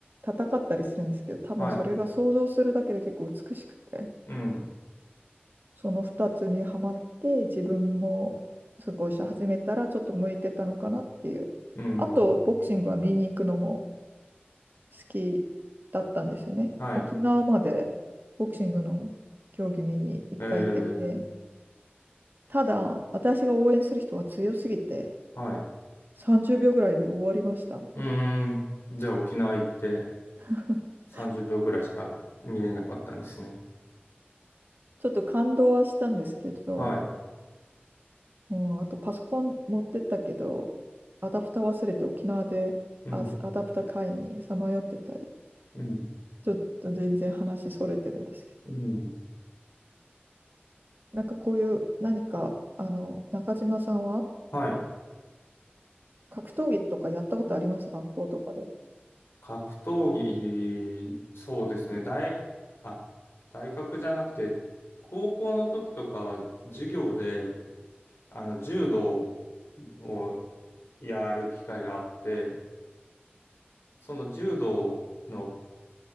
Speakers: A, on the right (about 55°); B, on the left (about 85°).
A: 戦ったりするんですけど、多分それが想像するだけで結構美しくて、
B: はい、うん、
A: その2つにはまって自分もすごいし始めたらちょっと向いてたのかなっていう。
B: うん、
A: あと、ボクシングは見に行くのも好きだったんですよね。
B: はい。
A: 沖縄までボクシングの競技見に一回行ってて、
B: ええ、
A: ただ、私が応援する人は強すぎて、
B: はい。
A: 30秒ぐらいで終わりました。
B: うーん。じゃあ沖縄行って
A: <laughs>
B: 30秒ぐらいしか見れなかったんですね。
A: ちょっと感動はしたんですけど、
B: はい。
A: うん、あとパソコン持ってったけど、アダプター忘れて沖縄であアダプター買いにさまよってたり、
B: うん、うん、
A: ちょっと全然話それてるんですけど、
B: うん。
A: なんかこういう何か、あの、中島さんは
B: はい。
A: 格闘技とかやったことあります学校とかで。
B: 格闘技、そうですね。大、あ、大学じゃなくて、高校の時とか、授業で、あの、柔道をやる機会があって、その柔道の